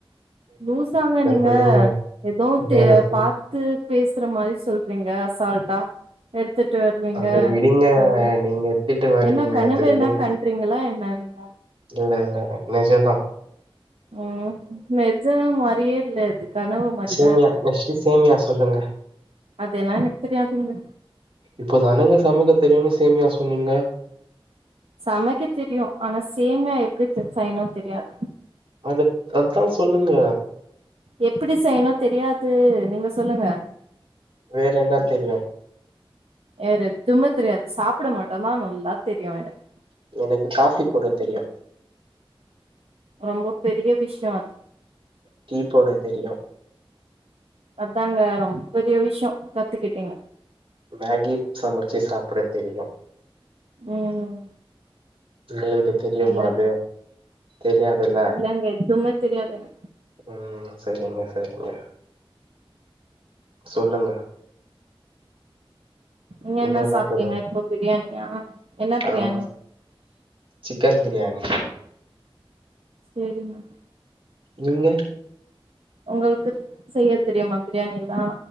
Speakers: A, on the right (about 85°); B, on the right (about 65°).
A: லூசாங்க நீங்க
B: சொல்லுங்க.
A: எதோ
B: வேற சொல்
A: பா த்து பேசுற மாரி சொல்றீங்க அசால்டா எடுத்துட்டு வருவீங்க
B: அது விடுங்க.
A: சொல்லி
B: நீங்க எத்துட்டு வருவீங்க.
A: என்ன கனுவென
B: அது விடுங்க.
A: கண் காண்றீங்களா என்ன நீங்க
B: இல்ல இல்ல நெஜதா
A: ம் நெஜ மாரியே இல்ல அது கனவு மாரிதா
B: சேமியா
A: இருக்கு
B: நெக்ஸ்ட்டு சேமியா சொல்லுங்க
A: அதுெல்லா எனக்கு தெரியாதுங்க
B: இப்போ தானங்க சமைக்க தெரியும்னு சேமியா சொன்னீங்க
A: சமைக்க தெரியு ஆனா சேமியா எப்டி செய்யணு தெரியாது
B: அது அதா சொல்லுங்க
A: எப்டி செய்யணு தெரியாது நீங்க சொல்லுங்க
B: வேற என்ன தெரியு
A: வேற எதுமே தெரியாது சாப்பிட மட்டு தா நல்லா தெரியு எனக்கு
B: எனக்கு காஃபி போட தெரியு
A: ரொம்ப பெரிய விஷயோ அது
B: டீ போட தெரியு
A: அதாங்க ரொம்ப பெரிய விஷ்யோ கத்துக்கிட்டீங்க
B: மேகி சமச்சு சாப்பிட தெரியு
A: ம் ம்
B: உங்களுக்கு தெரியும்மா
A: நல்லது
B: அது தெரியாதுல்ல
A: இல்லங்க எனக்கு எதுமே தெரியாதுங்க
B: ம் செரிங்க செரிங்க சொல்லுங்க
A: நீங்க
B: இன்னும்
A: என்ன சாப்ட்டீங்க
B: தெரியும்?
A: இப்போ பிரியாணியா என்ன பிரியாணி
B: ஆமா சிக்கன் பிரியாணி
A: செரிங்க
B: நீங்க
A: உங்களுக்கு செய்ய தெரியுமா பிரியாணி எல்லா